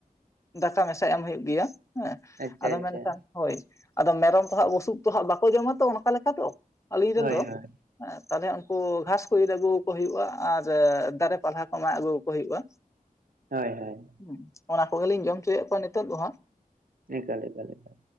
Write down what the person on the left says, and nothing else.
ᱫᱟᱠᱟ ᱢᱮᱥᱟ ᱮᱢ ᱦᱩᱭᱩᱜ ᱜᱮᱭᱟ ᱦᱮᱸ
ᱟᱫᱚ
ᱢᱮᱱᱠᱷᱟᱱ ᱦᱳᱭ ᱟᱫᱚ ᱢᱮᱨᱚᱢ ᱛᱚ ᱦᱟᱸᱜ ᱵᱩᱥᱩᱵ ᱛᱚ ᱦᱟᱸᱜ ᱵᱟᱠᱚ ᱡᱚᱢᱟ ᱛᱚ ᱚᱱᱠᱟ ᱞᱮᱠᱟ ᱛᱚ। ᱟᱹᱞᱤᱧ ᱨᱮᱱ
ᱫᱚ
ᱮᱸ ᱛᱟᱞᱦᱮ ᱩᱱᱠᱩ ᱜᱷᱟᱥ ᱠᱚ ᱤᱨ ᱟᱹᱜᱩ ᱟᱠᱚ ᱦᱩᱭᱩᱜᱼᱟ ᱟᱨ ᱫᱟᱨᱮ ᱯᱟᱞᱦᱟ ᱠᱚ ᱢᱟᱜ ᱟᱹᱜᱩᱣ ᱟᱠᱚ ᱦᱩᱭᱩᱜᱼᱟ। <inaudible>
ᱦᱩᱸ ᱚᱱᱟ ᱠᱚᱜᱮᱞᱤᱧ ᱡᱚᱢ ᱦᱚᱪᱚᱭᱮᱫ ᱠᱚᱣᱟ ᱱᱤᱛᱚᱜ ᱫᱚ ᱦᱟᱸᱜ।